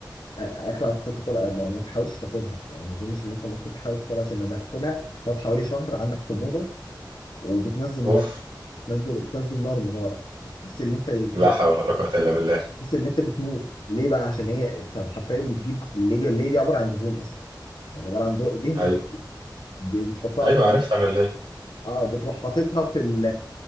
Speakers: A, on the left; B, on the right.
A: اكره كنت تاكلها ما, ما تحاولش تاكلها يعني ما اظنش ان انت ممكن تحاول تاكلها عشان لما تاكلها تقعد حوالي شهر عندك حموضه وبتنزل
B: اوف
A: نار بتنزل بتنزل نار من ورا تحس ان انت أنت-
B: لا حول ولا قوه الا بالله
A: تحس ان انت بتموت ليه بقى عشان هي انت حرفيا بتجيب اللي هي اللي هي دي عباره عن دهون اصلا يعني عباره عن دهون دهن
B: ايوه
A: بتحطها
B: ايوه عارفها انا اللي هي.
A: اه بتروح حاططها في ال